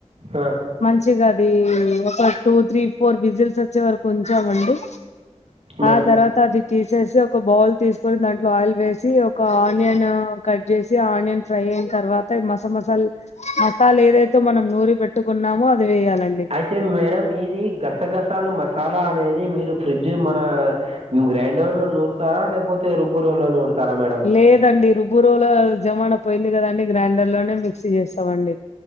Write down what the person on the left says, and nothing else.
మంచిగా అది ఒక టూ త్రీ ఫోర్ విజిల్స్ వచ్చే వరకు ఉంచామండి
ఆ తర్వాత్ త అది తీసేసి ఒక బౌల్ తీసుకొని దాంట్లో ఆయిల్ వేసి ఒక ఆనియన్ కట్ చేసి ఆనియన్ ఫ్రై అయిన తర్వాత మస మసాలా సాల ఏదైతే మనం నూరి పెట్టుకున్నామో అది వేయాలండి
లేదండి రుబ్బురోల జమానా పోయింది కదండి, గ్రైండర్ లోనే మిక్సీ చేస్తామండి.